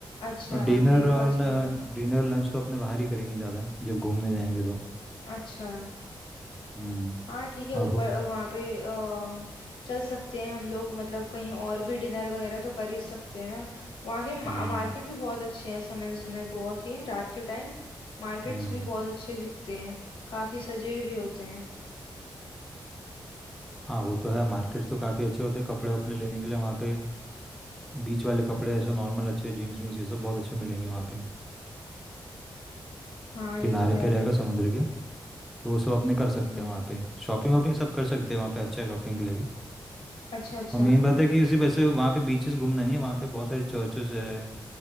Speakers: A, on the left (about 85°); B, in the centre.
A: अच्छा
B: और डिनर
A: ब्रेकफास्ट
B: और
A: भी होगा
B: डिनर लंच तो अपने बाहर ही करेंगे ज़्यादा जब घूमने जाएंगे तो
A: अच्छा
B: हम्म
A: हाँ ठीक है ऊपर
B: और हो
A: वहाँ पे अ, चल सकते हैं हम लोग मतलब कहीं और भी डिनर वगैरह तो कर ही सकते हैं ना वहाँ के मा-
B: हम्म
A: मार्केट भी बहुत अच्छे हैं ऐसा मैंने सुना है गोवा के रात के टाइम मार्केट्स
B: हम्म
A: भी बहुत अच्छे दिखते हैं काफी सजे हुए भी होते हैं
B: हाँ वो तो है मार्केट्स तो काफ़ी अच्छे होते हैं कपड़े वपड़े लेने के लिए वहाँ पे बीच वाले कपड़े ऐसे नॉर्मल अच्छे जीन्स वीन्स ये सब बहुत अच्छे मिलेंगे वहाँ पे
A: हाँ
B: किनारे
A: ये तो है
B: पे रहेगा समुद्र के तो वो सब अपने कर सकते
A: हम्म
B: हैं वहाँ पे शॉपिंग वॉपिंग सब कर सकते हैं वहाँ पे अच्छा है शॉपिंग के लिए भी
A: अच्छा अच्छा
B: और मेन बात है कि सिर्फ ऐसे वहाँ पे बीचेस घूमना नहीं है वहाँ पे बहुत सारे चर्चेस है